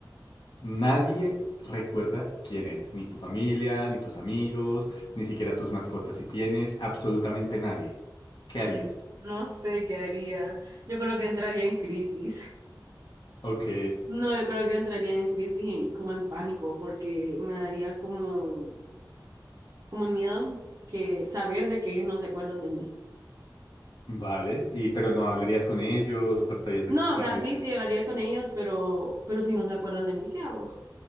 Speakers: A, on the left; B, on the right.
A: Nadie recuerda quién eres, ni tu familia, ni tus amigos, ni siquiera tus mascotas si tienes, absolutamente nadie. ¿Qué
B: Mm,
A: harías?
B: no sé qué haría. Yo creo que entraría en crisis. <laughs>
A: Ok,
B: No, yo creo que entraría en crisis y, y como en pánico, porque me daría como, como miedo que saber de que ellos no se acuerdan de mí.
A: vale, y pero no hablarías con ellos o tratarías de
B: No,
A: explicarles,
B: o sea, sí, sí, hablaría con ellos, pero, pero si no se acuerdan de mí, ¿qué hago?